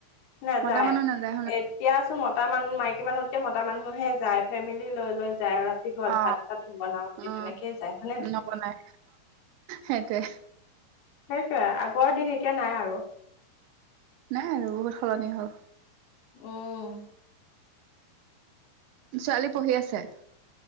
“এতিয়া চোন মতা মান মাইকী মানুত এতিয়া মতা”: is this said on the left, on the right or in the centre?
Left